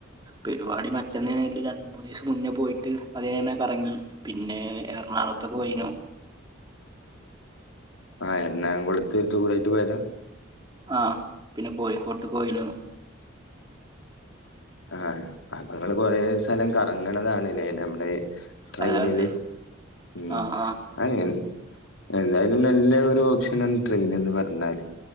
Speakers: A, on the right; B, on the left.
A: പെരുപാടി <unintelligible> മൂന്നിസം മുന്നേ പോയിട്ട് അതിയെ ഇങ്ങനെ കറങ്ങി പിന്നെ എറണാകുളത്ത് പോയിനു
B: ആഹ് എറണാകുളത്ത് ദൂ <unintelligible> പോയത
A: ആഹ് പിന്നെ കോഴിക്കോട്ട് പോയിനു
B: ആഹ അപ്പങ്ങള്ൾ കൊറെ സ്ഥലം കറങ്ങണതാണ്ല്ലേ നമ്മലെ ട്രെയിനില്
A: അതെ അതെ
B: ഉം
A: ആഹ് ആഹ്
B: <unintelligible> എന്തായാലും നല്ല ഒരു ഓപ്ഷനാണ് ട്രെയിൻ എന്ന് പറഞ്ഞാല്